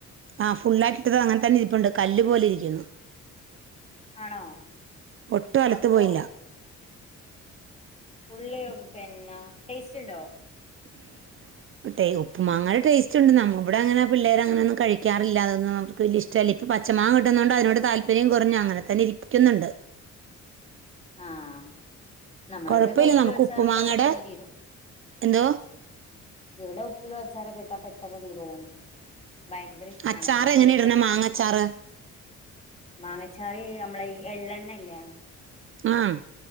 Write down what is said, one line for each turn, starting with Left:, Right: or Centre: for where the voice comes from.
Right: ആഹ് ഫുള്ളായിട്ടിട്ടത് അങ്ങനെ തന്നെ ഇരുപ്പുണ്ട് കല്ല് പോലെ ഇരിക്കുന്നു.
Left: ആണോ
Right: ഒട്ടും അലത്ത്
Left: അപ്പൊ
Right: പോയില്ല.
Left: ഉള്ളി പിന്ന ടേസ്റ്റ് ഇണ്ടോ?
Right: <inaudible> ടെയ് ഉപ്പ് മാങ്ങടെ ടേസ്റ്റ് ഉണ്ട്ന്നമ്മ ഇവിടെ അങ്ങനെ പിള്ളേർ അങ്ങനൊന്നും കഴിക്കാറില്ല അതൊന്നും അവർക്ക് വലിയ ഇഷ് ട്ടല്ല ഇപ്പ പച്ച മാങ്ങ കിട്ടുന്നൊണ്ട് അതിനോട് താല്പര്യം കൊറഞ്ഞു അങ്ങനെ തന്നെ ഇരിക്കുന്നുണ്ട്.
Left: ആഹ് നമ്മളവിടെയക്കെ
Right: കൊഴപ്പമില്ല
Left: ഉപ്പിൽ
Right: നമുക്ക്
Left: വെച്ചാറൂട്ടാ
Right: ഉപ്പുമാങ്ങയുടെ
Left: പെട്ടെന്ന് തീരും
Right: എന്തോ
Left: ഇവിടെ ഉപ്പിൽ വെച്ചാരക്കെട്ടാ പെട്ടന്ന് തീരവും. ഭയങ്കര ഇഷ്ടവാണ്
Right: അച്ചാറ്
Left: ഉപ്പില്ലിട്ട്
Right: എങ്ങനെ ഇടണെ
Left: വച്ചാ
Right: മാങ്ങ അച്ചാറ്
Left: മാങ്ങച്ചാറി നമ്മളെ ഈ എള്ളെണ്ണല്ലേ?
Right: ആഹ്